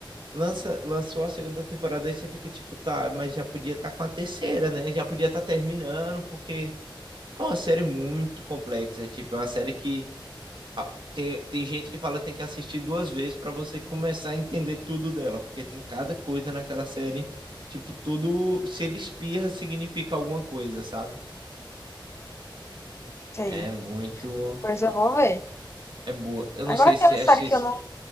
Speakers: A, on the right; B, on the left.
A: lança, lançou a segunda temporada e você fica tipo, tá, mas já podia estar com a terceira, né? Já podia estar terminando, porque é uma série muito complexa. é, Tipo, é uma série que ah, tem, tem gente que fala que tem que assistir duas vezes para você começar a entender tudo dela, porque tem cada coisa naquela série. Tipo, tudo, se ele espirra, significa alguma coisa, sabe?
B: Ok,
A: É muito.
B: depois eu vou ver.
A: É boa. Eu
B: Agora
A: não sei
B: tem
A: se
B: uma
A: assis-
B: série que eu não.